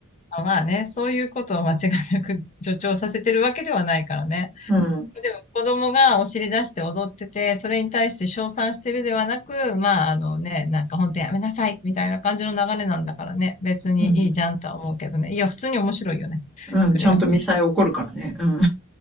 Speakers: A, on the left; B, in the centre.
A: あまあね、そういうことを間違いなく助長させてるわけではないからね。
B: うん、
A: でも子供がお尻出して踊ってて、それに対して称賛してるではなく、まああのね、なんか本当やめなさいみたいな感じの流れなんだからね、別にいいじゃんとは思うけどね。
B: うん、
A: いや、普通に面白いよね。
B: うん、
A: くれよ。
B: ちゃんとミサイ起こるからね。うん、